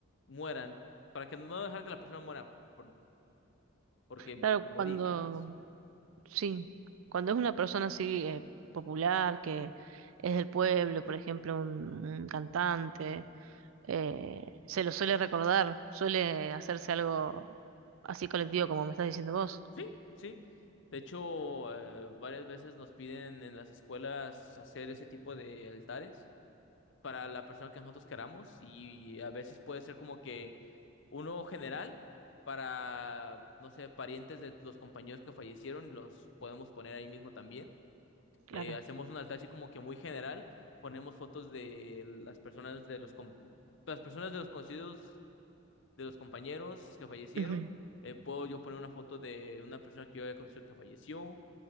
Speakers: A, on the left; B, on the right.
A: mueran, para que no dejar que la persona muera, por- porque
B: Claro,
A: como
B: cuando,
A: dije, pues,
B: sí, cuando es una persona así eh, popular, que es del pueblo, por ejemplo, un, un cantante, eh, se lo suele recordar, suele hacerse algo así colectivo como me estás diciendo vos.
A: Sí, sí. De hecho, eh, varias veces nos piden en las escuelas hacer ese tipo de altares para la persona que nosotros queramos y a veces puede ser como que uno general para, no sé, parientes de los compañeros que fallecieron, los podemos poner ahí mismo también.
B: Claro.
A: Eh, hacemos un altar así como que muy general, ponemos fotos de las personas de los, com- las personas de los conocidos de los compañeros que fallecieron.
B: Ujú.
A: eh, puedo yo poner una foto de una persona que yo había conocido que falleció,